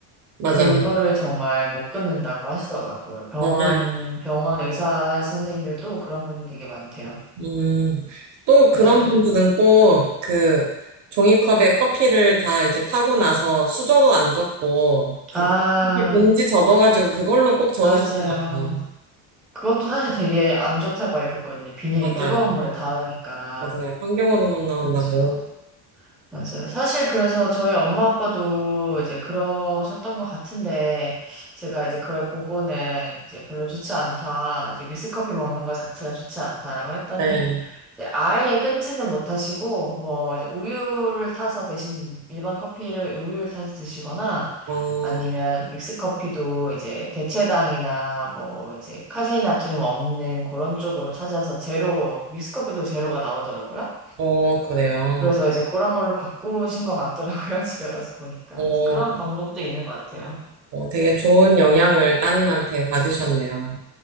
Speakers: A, on the right; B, in the centre.
A: 맞아요.
B: 그거를 정말 못 끊는다고 하시더라고요. 병원
A: 맞아요.
B: 병원 의사 선생님들도 그런 분이 되게 많대요.
A: 음. 또 그런
B: 네네.
A: 분들은 꼭 그 종이컵에 커피를 다 이제 타고 나서 수저로 안 젓고 그
B: 아.
A: 커피 봉지 접어가지고 그걸로 꼭 저으시더라고요.
B: 맞아요. 그것도 사실 되게 안 좋다고 알고 있거든요. 비닐이
A: 맞아요.
B: 뜨거운 물에 닿으니까.
A: 맞아요. 환경으로만 나온다고.
B: 그렇죠. 맞아요. 사실 그래서 저희 엄마 아빠도 이제 그러셨던 것 같은데, 제가 이제 그걸 보고는 이제 별로 좋지 않다, 이제 믹스커피 먹는 것 자체가 좋지 않다라고 했더니,
A: 네.
B: 이제 아예 끊지는 못하시고, 뭐, 이제 우유를 타서 대신 일반 커피를 우유를 타서 드시거나,
A: 어,
B: 아니면 믹스커피도 이제 대체당이나 뭐 이제 카제인 나트륨 없는 그런 쪽으로 찾아서 제로, 믹스커피도 제로가 나오더라고요.
A: 어, 그래요.
B: 그래서 이제 그런 걸로 바꾸신 것 같더라고요. <laughs> 집에 가서 보니까.
A: 어,
B: 그래서 그런 방법도 있는 것 같아요.
A: 어, 되게 좋은 영향을 따님한테 받으셨네요.